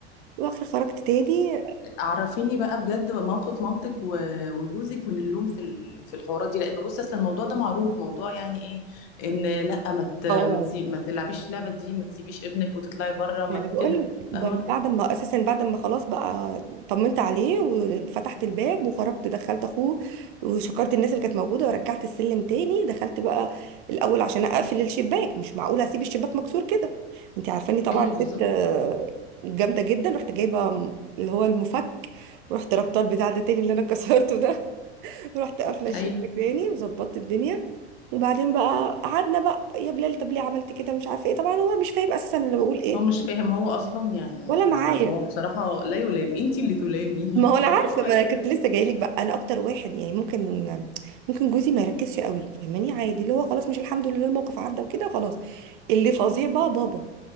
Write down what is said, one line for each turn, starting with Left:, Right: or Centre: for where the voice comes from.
Right: واخر خرجت تاني
Left: عرفيني بقى بجد موقف مامتك و- وجوزك من اللوم في ال- في الحوارات دي لان بص اصلا الموضوع ده معروف موضوع يعني ايه ان لا ما ت-
Right: اه
Left: ما تسي- ما تلعبيش اللعبه دي ما تسيبيش ابنك وتطلعي بره ما
Right: ما انا بقول
Left: كده فاهمه
Right: لك بعد ما اساسا بعد ما خلاص بقى طمنت عليه وفتحت الباب وخرجت دخلت اخوه وشكرت الناس اللي كانت موجوده ورجعت السلم تاني دخلت بقى الاول عشان اقفل الشباك مش معقوله اسيب الشباك مكسور كده انت عارفاني طبعا
Left: ايوه
Right: ست
Left: بالظبط
Right: آه، جامده جدا رحت جايبه م- اللي هو المفك ورحت ربطه البتاع ده تاني اللي انا كسرته ده <laughs> رحت قافله الشباك
Left: ايوه
Right: تاني وظبطت الدنيا وبعدين بقى قعدنا بقى يا بلال طب ليه عملت كده مش عارفه ايه طبعا هو مش فاهم اساسا انا بقول ايه
Left: هو مش فاهم هو اصلا يعني
Right: ولا
Left: ه-
Right: معايا
Left: هو بصراحه لا يلام انتي اللي تلامي
Right: ما هو انا عارفه
Left: <laughs> هو
Right: ما
Left: لا
Right: انا
Left: يلام
Right: كنت لسه جايلك بقى انا اكتر واحد يعني ممكن ممكن جوزي ما يركزش قوي فاهماني عادي اللي هو خلاص مش الحمد لله الموقف عدى وكده خلاص اللي فظيع بقى بابا